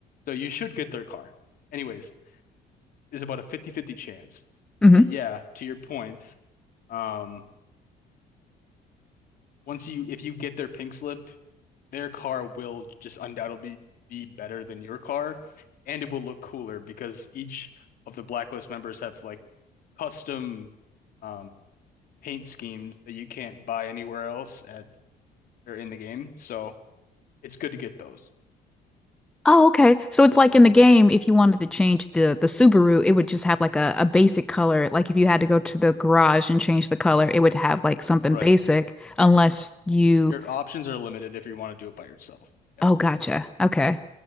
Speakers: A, on the left; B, in the centre.
A: So you should get their car. Anyways, is about a fifty-fifty chance.
B: hmm
A: But yeah, to your point, um, once you if you get their pink slip, their car will just undoubtedly be better than your car, and it will look cooler because each of the Blacklist members have like custom um, paint schemes that you can't buy anywhere else at or in the game. So it's good to get those.
B: Oh, okay. So it's like in the game, if you wanted to change the the Subaru, it would just have like a, a basic color. Like if you had to go to the garage and change the color, it would have like something
A: Right.
B: basic unless you
A: Your options are limited if you want to do it by yourself. Yeah.
B: Oh, gotcha. Okay.